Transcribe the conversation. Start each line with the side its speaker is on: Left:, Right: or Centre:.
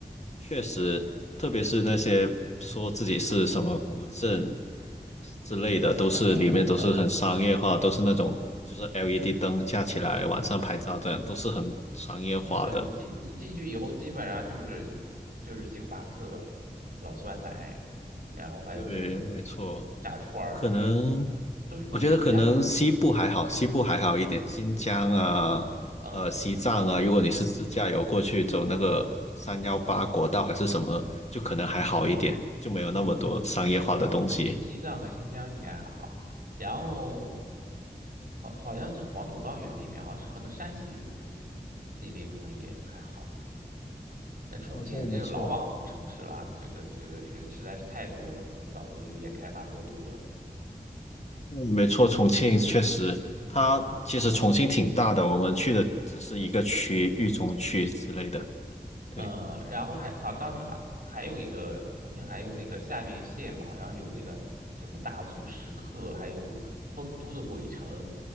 Left: 确实，特别是那些说自己是什么古镇之类的，都是里面都是很商业化，
Right: 呃嗯，
Left: 都是那种就是 LED 灯架起来晚上拍照这样，都是很商业化的。
Right: 是你进你进去以后，基本上就是就是星巴克、老酸奶，然后还有什么
Left: 对，没错，
Right: 炸串儿，
Left: 可能
Right: 都是都是一样的。
Left: 我觉得可能西部还好，西部还好一点，新疆啊，
Right: 嗯
Left: 呃，西藏啊，如果你是自驾游过去走那个三幺八国道还是什么，就可能还好一点，就没有那么多商业化的东西。
Right: 嗯嗯，西藏和新疆应该还好。然后好，好像是黄土高原那边，好像是可能山西那边可能也还好。那重庆这个老网红城市啦，
Left: 哦，对，没错。
Right: 这个这个人实在是太多了，可能早就有点开发过度了。
Left: 嗯，没错，重庆确实，它其实重庆挺大的，我们去的只是一个区，域中区之类的，对
Right: 嗯，然后还好，当时还还有一个重庆，还有那个下面县嘛，好像有那个什么大足石刻，还有丰都的鬼城，